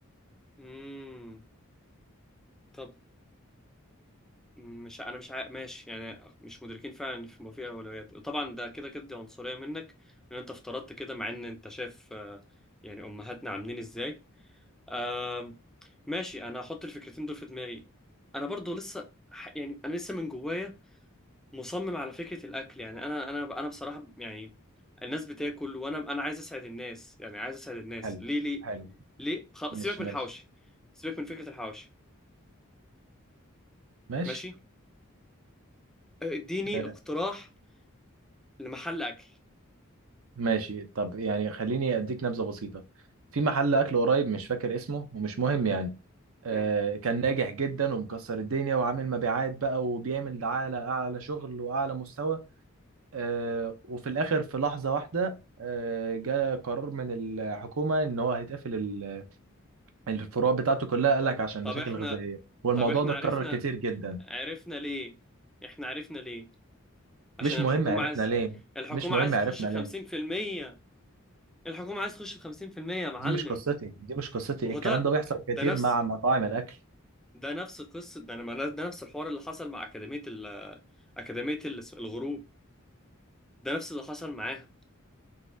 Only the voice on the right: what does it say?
حلو
حلو
ماشي
ماشي
ماشي
آه،
ماشي طب يعني خليني اديك نبذه بسيطه في محل اكل قريب مش فاكر اسمه ومش مهم يعني آه
كان ناجح جدا ومكسر الدنيا وعامل مبيعات بقى وبيعمل دعايه لاعلى شغل واعلى مستوى آه وفي الاخر في لحظه واحده آه جاء قرار من الحكومه ان هو هيتقفل ال- الفروع بتاعته كلها قال لك عشان
مشاكل
غذائيه والموضوع
ده اتكرر
كتير جدا
مش
مهم عرفنا
ليه
مش مهم
عرفنا
ليه
دي مش قصتي دي مش قصتي
الكلام
ده بيحصل كتير
مع مطاعم الاكل